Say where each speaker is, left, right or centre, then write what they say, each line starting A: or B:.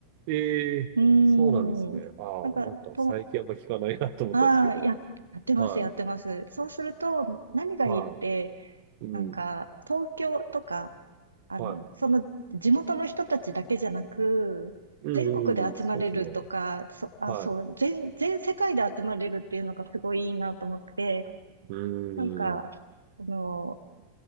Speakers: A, on the right; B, on the right.
A: い。ええ、
B: うーん。
A: そうなんですね。ああ、
B: なんか、
A: なんか最近あんま聞かないなと思ったんですけど。
B: と、ああ、や、やってます、
A: は
B: やってます。そうすると、何がいいって、
A: い。はい。うん。
B: なんか、東京とか、あの、
A: はい。
B: その地元の人たちだけじゃなく、
A: うんうん、
B: 全国で集まれるとか、
A: そうですね。
B: そ、あ、
A: はい。
B: そう、
A: う
B: 全、全世界で集まれるっていうのがすごいいいなと思って、
A: ー
B: なんか、
A: ん。
B: その、